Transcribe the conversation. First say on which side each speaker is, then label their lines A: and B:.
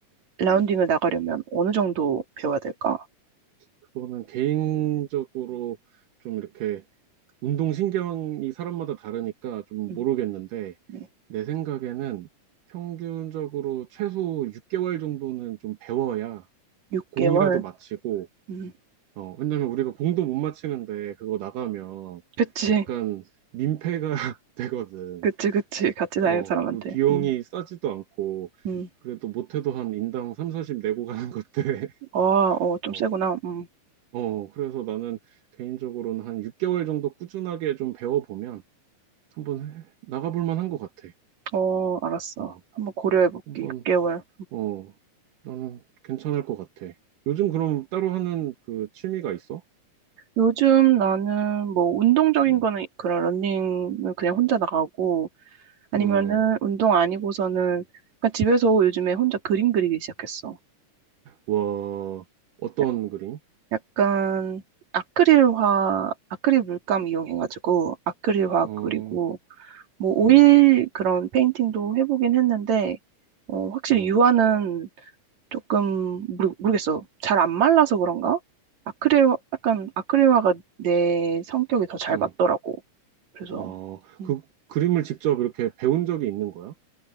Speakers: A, on the right; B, on the right.
A: 라운딩을
B: 음.
A: 나가려면 어느 정도 배워야 될까?
B: 그거는 개인적으로 좀 이렇게 운동신경이 사람마다 다르니까 좀
A: 응,
B: 모르겠는데,
A: 응,
B: 내 생각에는 평균적으로 최소 6개월 정도는 좀 배워야
A: 6개월?
B: 공이라도 마치고,
A: 응
B: 어, 왜냐면 우리가 공도 못 마치는데 그거 나가면
A: 그치,
B: 약간 민폐가 <laughs> 되거든.
A: 그치, 그치. 같이 다니는
B: 어,
A: 사람한테.
B: 그 비용이
A: 응
B: 싸지도 않고,
A: 응.
B: 그래도 못해도 한 인당 3, 40 내고 가는 것들. <laughs>
A: 아, 어, 좀
B: 어,
A: 세구나. 응
B: 어, 그래서 나는 개인적으로는 한 6개월 정도 꾸준하게 좀 배워보면 한번 해- 나가볼 만한 것 같아.
A: 어, 알았어.
B: 어,
A: 한번 고려해볼게.
B: 한번,
A: 6개월.
B: 어, 나는 괜찮을 것 같아. 요즘 그럼 따로 하는 그 취미가 있어?
A: 요즘 나는 뭐 운동적인
B: 응,
A: 거는 그런 러닝은 그냥 혼자 나가고 아니면은
B: 응,
A: 운동 아니고서는 약간 집에서 요즘에 혼자 그림 그리기 시작했어.
B: 와, 어떤
A: 약-
B: 그림?
A: 약간 아크릴화, 아크릴 물감 이용해가지고 아크릴화
B: 어,
A: 그리고 뭐 오일
B: 어,
A: 그런 페인팅도 해보긴 했는데 어, 확실히
B: 어,
A: 유화는 조금 모르, 모르겠어. 잘 안 말라서 그런가? 아크릴, 약간 아크릴화가 내 성격이 더 잘
B: 어,
A: 맞더라고. 그래서
B: 어,
A: 음,
B: 그 그림을 직접 이렇게 배운 적이 있는 거야?